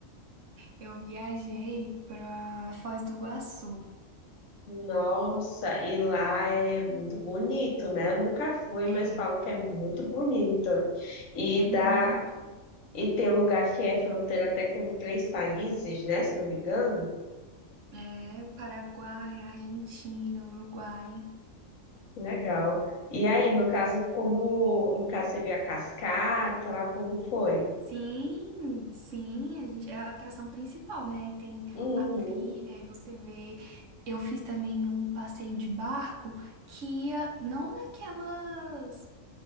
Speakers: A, on the right; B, on the left.
A: Eu viajei para Foz do Iguaçu.
B: Nossa, e lá é muito bonito, né? Eu nunca fui,
A: É,
B: mas falam que é muito bonito. E
A: é muito.
B: dá... e tem um lugar que é fronteira até com três países, né? Se não me engano.
A: É, o Paraguai, a Argentina, o Uruguai.
B: Que Legal. E aí, no caso, como no caso você viu a cascata lá, como foi?
A: Sim, sim, a gente, é a atração principal, né? E tem
B: Uhum.
A: a trilha, e você vê. Eu fiz também um passeio de barco que ia não naquelas,